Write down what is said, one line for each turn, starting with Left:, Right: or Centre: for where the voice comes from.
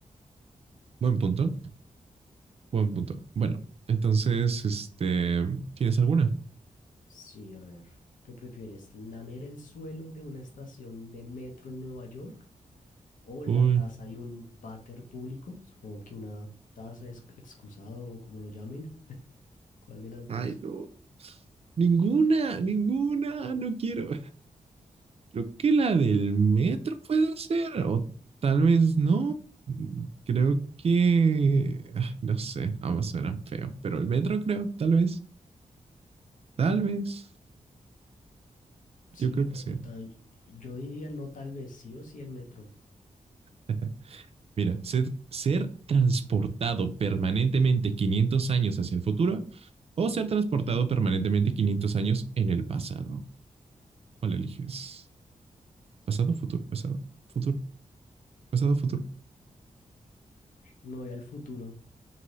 Right: Buen punto. Buen punto. Bueno, entonces, este, ¿tienes alguna?
Left: Sí, a ver, ¿qué prefieres? ¿Lamer el suelo de una estación de metro en Nueva York o la
Right: Uy,
Left: taza de un váter público? Supongo que una taza es excusado o como lo llamen. ¿Cuál de las
Right: Ay,
Left: dos?
Right: no. ninguna, ninguna, no quiero. Creo que la del metro puede ser, o tal vez no. Creo que, ay, no sé, ambas suenan feo, pero el metro creo, tal vez, tal vez. Yo
Left: Sí,
Right: creo
Left: no,
Right: que sí.
Left: yo tan, yo diría no tal vez sí o sí el metro.
Right: <laughs> Mira, ser, ser transportado permanentemente 500 años hacia el futuro o ser transportado permanentemente 500 años en el pasado. ¿Cuál eliges? Pasado, futuro, pasado, futuro, pasado, futuro.
Left: Me voy al futuro.